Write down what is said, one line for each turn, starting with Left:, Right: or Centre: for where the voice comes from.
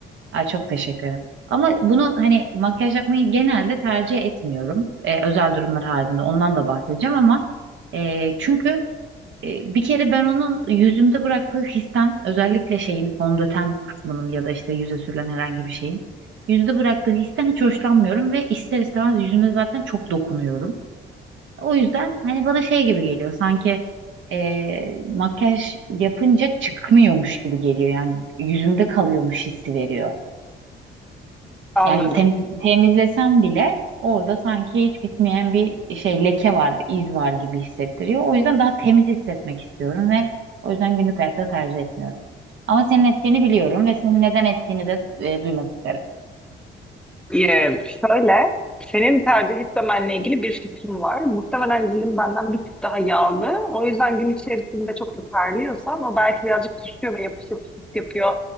Right: Ay çok teşekkür ederim. Ama bunu hani makyaj yapmayı genelde tercih etmiyorum. Ee, özel durumlar halinde ondan da bahsedeceğim ama e, çünkü e, bir kere ben onun yüzümde bıraktığı histen özellikle şeyin fondöten kısmının ya da işte yüze sürülen herhangi bir şeyin yüzde bıraktığı histen hiç hoşlanmıyorum ve ister istemez yüzüme zaten çok dokunuyorum. O yüzden hani bana şey gibi geliyor sanki e, makyaj yapınca çıkmıyormuş gibi geliyor yani yüzümde kalıyormuş hissi veriyor.
Centre: Anladım.
Right: Yani tem- temizlesem bile orada sanki hiç bitmeyen bir şey leke var, iz var gibi hissettiriyor. O yüzden daha temiz hissetmek istiyorum ve o yüzden günlük hayatta tercih etmiyorum. Ama senin ettiğini biliyorum ve senin neden ettiğini de e, duymak isterim.
Centre: Ee, şöyle, senin tercih etmemenle ilgili bir fikrim var. Muhtemelen cildin benden bir tık daha yağlı. O yüzden gün içerisinde çok da terliyorsan o belki birazcık düşüyor ve yapış yapış his yapıyor